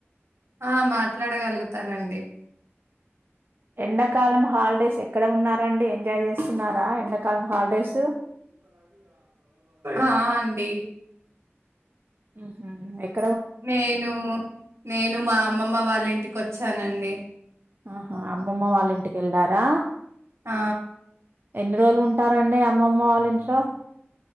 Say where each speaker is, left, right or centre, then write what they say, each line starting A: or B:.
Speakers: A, on the right (about 75°); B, on the right (about 50°).
A: ఆ మాట్లాడగలుగుతానండి.
B: ఎండాకాలం హాలిడేస్ ఎక్కడ ఉన్నారండి ఎంజాయ్ చేస్తున్నారా ఎండాకాలం హాలిడేసు.
A: ఆ ఆ అండీ
B: ఊహు ఎక్
A: నేనూ నేను మా అమ్మమ్మ వాళ్ళింటికి వచ్చానండి.
B: ఆహా అమ్మమ్మ వాళ్ళింటికి ఎళ్లారా
A: ఆ
B: ఎన్ని రోజులు ఉంటారండి అమ్మమ్మ వాళ్ళ ఇంట్లో.